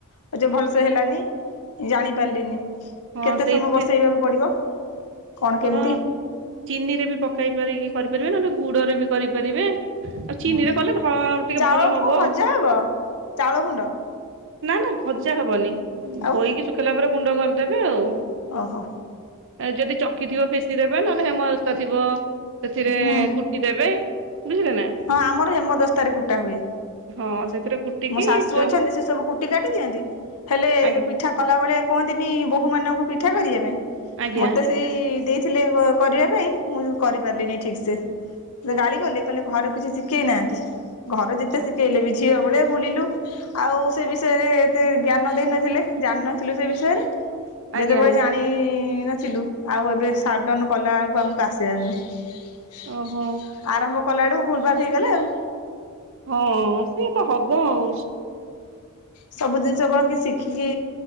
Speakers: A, on the left; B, on the right.
A: ଆଉ ଯେ ଭଲସେ ହେଲାନି ଜାଣିପାରିଲିନି।
B: ହଁ
A: କେତେ
B: ସେଇଥି
A: ସମୟ ବସେଇବାକୁ ପଡିବ କଣ କେମିତି?
B: ହଁ ଚିନିରେ ବି ପକାଇ ପାରିକି କରିପାରିବେ ନହେଲେ ଗୁଡରେ ବି କରିପାରିବେ। ଆଉ ଚିନିରେ
A: ହୁଁ
B: କଲେ ଧ ଟିକେ
A: ଚାଉଳକୁ
B: ଭଲ ହବ।
A: କଣ ଭଜା ହବ ଚାଉଳ ଗୁଣ୍ଡ
B: ନା ନା ଭଜା ହବନି ଧୋଇକି
A: ଆଉ
B: ସୁଖ୍ ଖିଲା ପରେ ଗୁଣ୍ଡ କରିଦେବେ ଆଉ।
A: ଓହୋ।
B: ଯଦି ଚକି ଥିବ ଫେସିି ଦେବେ ନହେଲେ ହେମଦସ୍ତା ଥିବ ସେଥିରେ
A: ହୁଁ
B: କୁଟି ଦେବେ ବୁଝିଲେ ନା।
A: ହଁ ଆମର ହେମଦସ୍ତାରେ କୁଟା ହୁଏ
B: ହଁ ସେଥିରେ କୁଟିକି
A: ମୋ ଶାଶୁ
B: ଚ
A: ଅଛନ୍ତି ସେ ସବୁ କୁଟି କାଟି ଦିଅନ୍ତି। ହେଲେ
B: ଆଜ୍ଞା
A: ପି ପିଠା କଲା ବଳେ କୁହନ୍ତିନି ବୋହୂ ମାନଙ୍କୁ ପିଠା କରିବା ପାଇଁ
B: ଆଜ୍ଞା
A: ମତେ ସେଇ ଦେଇଥିଲେ କରିବା ପାଇଁ ମୁଁ କରିପାରିଲିନି ଠିକ ସେ ଗାଳି କଲେ କହିଲେ ଘରୁ କିଛି ଶିଖେଇନାହାନ୍ତି, ଘରୁ ଯେତେ ଶିଖେଇଲେ ବି ଝିଅ ବେଳେ ବୁଲିଲୁ। ଆଉ ସେ ବିଷୟରେ ଏତେ ଜ୍ଞାନ ଦେଇ ନଥିଲେ ଜାଣିନଥିଲୁ ସେ ବିଷୟରେ
B: ଆଜ୍ଞା
A: ଯେତେବେଳେ ଜାଣ ପାଣି ନଥିଲୁ ଆଉ ଏବେ ସାର୍ଡନ କଲା ବେଳକୁ ଆମକୁ ଆସିିବାରନାହିଁ।
B: ଓହୋ।
A: ଆରମ୍ଭ କଲାବେଳକୁ ଭୁଲ ଭାଲ ହେଇଗଲେ ଆଉ।
B: ହଁ ସେ ତ ହବ ଆଉ।
A: ସବୁ ଜିନିଷ କଣ କିଏ ଶିଖିକି,